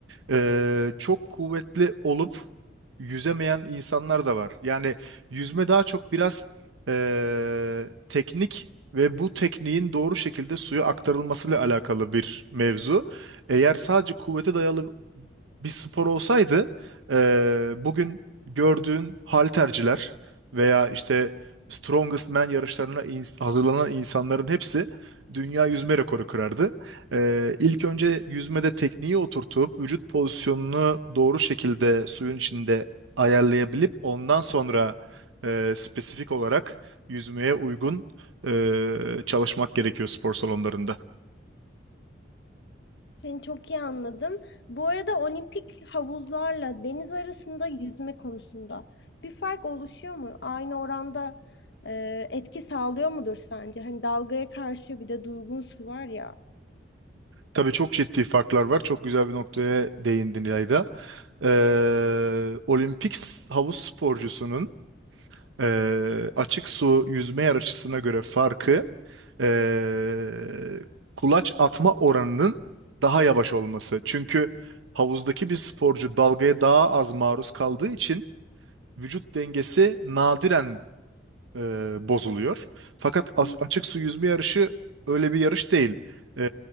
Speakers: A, on the right; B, on the left.
A: e, çok kuvvetli olup yüzemeyen insanlar da var. Yani yüzme daha çok biraz e, teknik ve bu tekniğin doğru şekilde suya aktarılmasıyla alakalı bir mevzu. Eğer sadece kuvvete dayalı bir spor olsaydı eee, bugün gördüğün halterciler veya işte Strongest Man yarışlarına ins- hazırlanan insanların hepsi dünya yüzme rekoru kırardı. Ee, ilk önce yüzmede tekniği oturtup vücut pozisyonunu doğru şekilde suyun içinde ayarlayabilip ondan sonra e, spesifik olarak yüzmeye uygun e, çalışmak gerekiyor spor salonlarında.
B: Seni çok iyi anladım. Bu arada olimpik havuzlarla deniz arasında yüzme konusunda bir fark oluşuyor mu? Aynı oranda e, etki sağlıyor mudur sence? Hani dalgaya karşı bir de durgun su var ya.
A: Tabii çok ciddi farklar var. Çok güzel bir noktaya değindin İlayda. Ee, olimpik s- havuz sporcusunun ee, açık su yüzme yarışısına göre farkı ee, kulaç atma oranının daha yavaş olması. Çünkü havuzdaki bir sporcu dalgaya daha az maruz kaldığı için vücut dengesi nadiren e, bozuluyor. Fakat as-
B: Hı.
A: açık su yüzme yarışı öyle bir yarış değil. E,